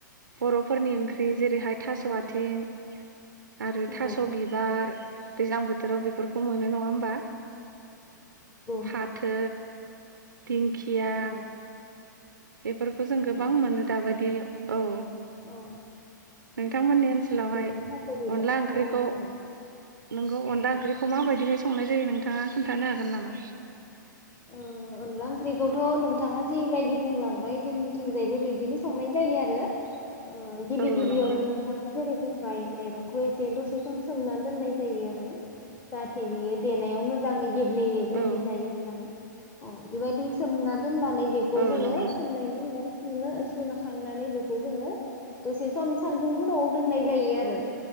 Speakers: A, on the right (about 80°); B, on the left (about 20°).
A: बरफोरनि ओंख्रि जेरै‌ हा थास आथें आरो
B: नंगौ
A: थास बिबार दैज्लां बोथोराव बेफोरखौ मोनो नङा होमबा फाथो
B: नंगौ
A: दिंखिया
B: औ
A: बेफोरखौ जों
B: नंगौ
A: गोबां मोनो दाबादियाव। औ।
B: औ
A: नोंथांमोननि ओन सोलावहाय
B: जेरै थास' बिबार
A: अनला ओंख्रिखौ
B: औ औ नंगौ
A: नंगौ अनला
B: औ
A: ओंख्रिखौ मा बायदिहाय सं संनाय जायो नोंथाङा खोन्थानो हागोन नामा।
B: ओ अनला ओंख्रिखौथ नोंथाङा जिबायदि बुंलांबाय जोंनिथिंजायबो बिदिनो संनाय जायो आरो ओ गिबि
A: औ
B: गिबियावनो
A: नंगौ
B: नोंथाङा जेरै बुंबाय माइ। रंखौ एसे दसे सम सोमना दोननाय जायो आरो जाहाथे बियो देनायाव मोजाङै। गेब्लेयो गुन्दै
A: औ
B: जायो होननानै। औ बेबायदि सोमना दोननानै बेखौ
A: औ
B: जोङो
A: नंगौ
B: सोमनायनि उनाव सुनो सुनो खांनानै बेखौ जोङो दसे सम सान्दुंफोराव दोननाय जायो आरो